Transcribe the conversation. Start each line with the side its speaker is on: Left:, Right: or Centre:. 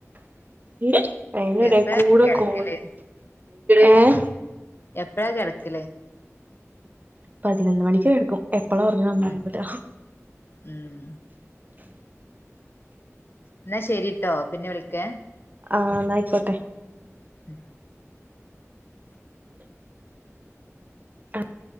Right: <unintelligible> അയ്ന്റെടേക്കൂടെ
Left: എപ്പഴാ കിടക്കല്
Right: കോൾ ഏഹ്
Left: എപ്പഴാ കെടക്കല്?
Right: പതിനൊന്ന് മണിക്ക് കെടക്കും. എപ്പളാ ഒറങ്ങാന്നറിയൂല.
Left: ഉം ഉം ഇന്നാ ശരിട്ടോ പിന്നെ വിളിക്കേ
Right: ആഹ് ന്നയ്ക്കോട്ടെ.
Left: ഉം
Right: <unintelligible>